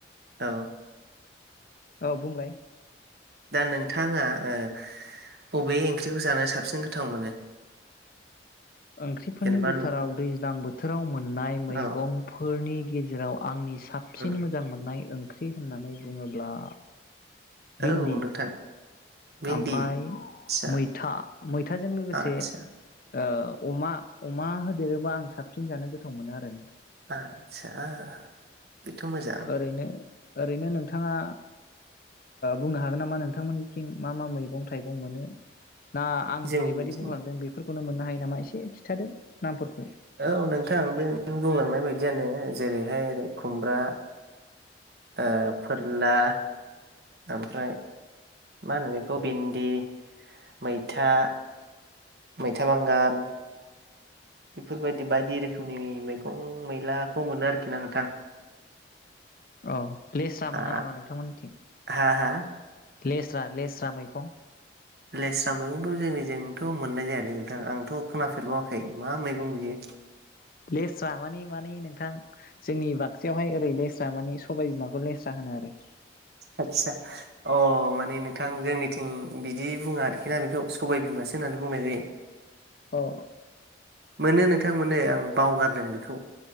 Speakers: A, on the right (about 55°); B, on the left (about 50°).
A: औ
B: औ बुंलाय।
A: दा नोंथाङा ओ बबे ओंख्रिखौ जानो साबसिन गोथाव मोनो?
B: ओंख्रिफोरनि
A: जेनेबा
B: बिथोराव दैज्लां बोथोराव मोननाय मैगंफोरनि
A: औ
B: गेजेराव आंनि साबसिन
A: उम
B: मोजां मोननाय ओं ख्रि होननानै बुङोब्ला भिन्दि
A: औ नोंथां। भिन्दि
B: ओमफाय
A: आदसा
B: मैथा, मैथाजों लोगोसे
A: आदसा
B: ओ अमा अमा होदेरोबा आं साबसिन जानो गोथाव मोनो आरो
A: आतसा बेथ' मोजां
B: ओरैनो ओरैनो नोंथाङा बुंनो हागोन नामा नोंथांमोन थिं मा मा मैगं थाइगं मोनो? ना आं
A: जोंनिथिं
B: जेरैबायदि बुंलांदों बेफोर खौनो मोननो हायो नामा एसे खिन्थादो नामफोरखौ
A: औ नोंथां बे नों बुंलांनाय बायदियानो जेरैहाय खुमब्रा ओ फोरला ओमफ्राय मा होनो बेखौ भिन्दि मैथा, मैथा बांगाल बेफोरबायदि बायदि रोखोमनि मैगं मैलाखौ मोनो आरोखि ना नोंथां
B: औ लेस्रा
A: हा
B: मोना नामा नोंथांमोननिथिं
A: हा हा
B: लेस्रा लेस्रा मैगं
A: लेस्रा मैगंथ' जोंनिजोंथ' मोननाय जायालै नोंथां आंथ' खोनाफेरबावाखै मा मैगं बियो?
B: लेस्रा माने माने नोंथां जोंनि बाक्सायावहाय ओरैनो जा माने सबाय बिमाखौ लेस्रा होनो आरो
A: आतसा अ माने नोंथां जोंनिथिं बिदि बुङा आरोखि ना बेखौ सबाय बिमासो होननानै बुंनाय जायो
B: औ
A: मोनो नोंथां मोनो आं बावगारदों बेखौ